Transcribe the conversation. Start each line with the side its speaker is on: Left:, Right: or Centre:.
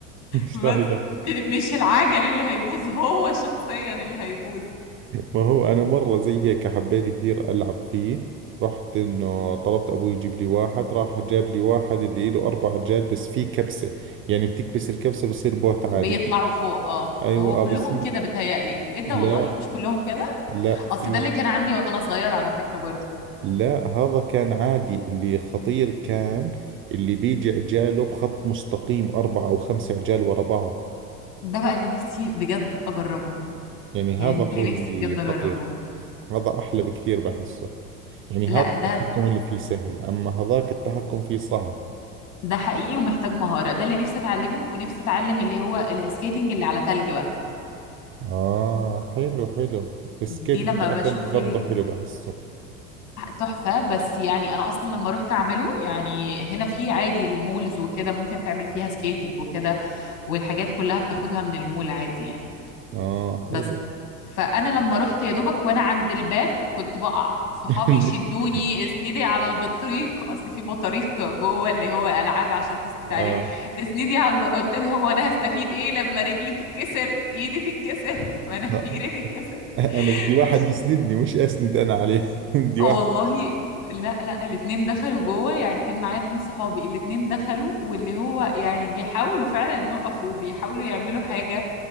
Right: مش
Left: بس
Right: راح يبهدل
Left: ب- مش العجل اللي هيبوظ هو شخصيا اللي هيبوظ
Right: ما هو أنا مرة زي هيك حبيت كثير ألعب فيه رحت إنه طلبت أبوي يجيب لي واحد راح جاب لي واحد اللي له أربع عجال بس فيه كبسة يعني بتكبس الكبسة بصير بوت عادي
Left: بيطلعوا فوق اه
Right: أيوة
Left: ما هو
Right: آه
Left: كلهم
Right: بس م-
Left: كده بيتهيألي ايه ده
Right: لا
Left: والله مش كلهم كده
Right: لا في
Left: اصل ده اللي كان عندي وانا صغيرة على فكرة برضه
Right: لا هذا كان عادي اللي خطير كان اللي بيجي عجاله بخط مستقيم أربعة أو خمسة عجال ورا بعض
Left: ده بقى اللي نفسي بجد اجربه
Right: يعني
Left: يعني
Right: هذا
Left: ده
Right: هو
Left: اللي
Right: اللي
Left: نفسي بجد
Right: خطير
Left: اجربه
Right: هذا أحلى بكثير بحسه يعني
Left: لا
Right: هذا التحكم
Left: ده
Right: اللي فيه سهل أما هذاك التحكم فيه صعب
Left: ده حقيقي ومحتاج مهارة ده اللي نفسي اتعلمه ونفسي اتعلم اللي هو السكيتنج اللي على تلج بقى
Right: آه حلو حلو السكيت
Left: دي لما
Right: كده على
Left: بشوف
Right: ثلج برضه
Left: ال...
Right: حلو بحسه
Left: تحفة بس يعني أنا أصلا لما رحت أعمله يعني هنا في عادي المولز وكده ممكن تعمل فيها سكيتنج وكده والحاجات كلها بتاخدها من المول عادي يعني
Right: آه
Left: بس
Right: حلو
Left: فأنا لما رحت يا دوبك وأنا عند الباب كنت بقع صحابي
Right: <laughs>
Left: يشدوني اسندي على البطريق أصل في بطريق جوه اللي هو ألعاب عشان تسند
Right: آه
Left: عليها اسندي على الب- قلت لهم وأنا هستفيد إيه لما رجلي تتكسر إيدي تتكسر مناخيري
Right: لا
Left: تتكسر
Right: أنا
Left: <laughs>
Right: بدي واحد
Left: مش
Right: يسندني مش أسند أنا عليه <laughs> بدي
Left: آه،
Right: واحد
Left: والله لا لا الاتنين دخلوا جوه يعني كان معايا اتنين صحابي الاتنين دخلوا واللي هو يعني بيحاولوا فعلا يقفوا بيحاولوا يعملوا حاجة